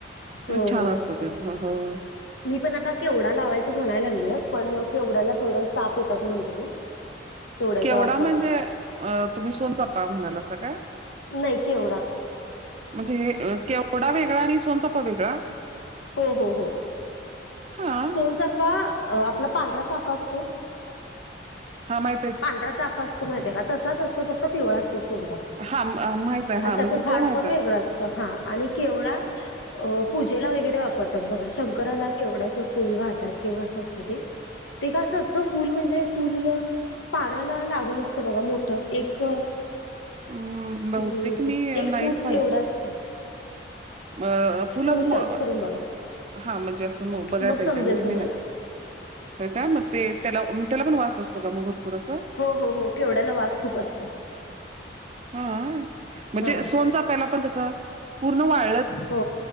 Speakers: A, on the left; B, on the right.
A: हो
B: छान
A: हो
B: वाटत
A: हो
B: ते बघून
A: मी पण आता केवडा लावायचं म्हणायलागलीय पण, केवड्याला थोडं साप येतात म्हणतात ना? केवड्याच्या
B: केवढा
A: वासाला
B: म्हणजे तुम्ही सोनचापा म्हणालासा काय?
A: नाही, केवढा.
B: म्हणजे केवढा वेगळा आणि सोनचापा वेगळा?
A: हो हो हो,
B: हां.
A: सोनचाफा आपला पांढरा साफा असतो,
B: हा मा
A: पांढरा चाफा असतो महिती आहे का? तसाच असतो फक्त पिवळा असतो सोनचा
B: हां, अ, माहीत आहे.
A: आणि
B: हां,
A: त्याच
B: म्हणजे
A: झाड
B: तो माहीत
A: पणं
B: आहे.
A: वेगळं असतं हा आणि केवडा अ पूजेला वगेरे वापरतात बघा. शंकराला केवड्याच फुल वाहतात किंवा अस असत ते.
B: <inaudible>
A: ते का असं असतं, फुल म्हणजे फुल पानाला लागून असतं बघा, मोठं एक अ
B: अं बहुतेक
A: हम्म
B: मी
A: एक
B: नाहीच
A: फूट एवढ असतय.
B: अ फुल असं
A: सर्च
B: मो
A: करून बघा
B: हा म्हणजे असं बघायला
A: मग
B: पाहिजे
A: समजेल
B: म्हणजे
A: तुम्हाला
B: मी नाय. होय का? मग ते त्याला त्याला पण वास असतो का मग भरपूर असं?
A: हो हो हो. केवड्याला वास खूप असतो.
B: हा आ म्हणजे
A: हा
B: सोनचाफ्याला पण कसं पूर्ण वाळ
A: हो,